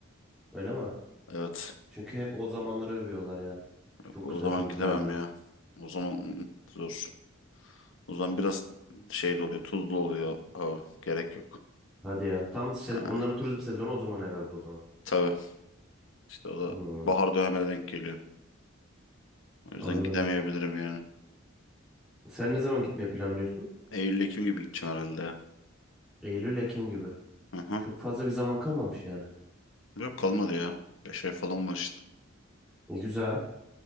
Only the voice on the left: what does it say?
Evet.
Yok,
o
zaman
gidemem
ya. O zaman ı, ı, zor. O zaman biraz şeyli oluyor, tuzlu oluyor. Ha, gerek yok.
Ha,
tabii. İşte o da
bahar dönemine denk geliyor. O yüzden
gidemeyebilirim yani.
Eylül-Ekim gibi gideceğim herhalde ya.
Hı hı.
Yok kalmadı ya. 5 ay falan var işte.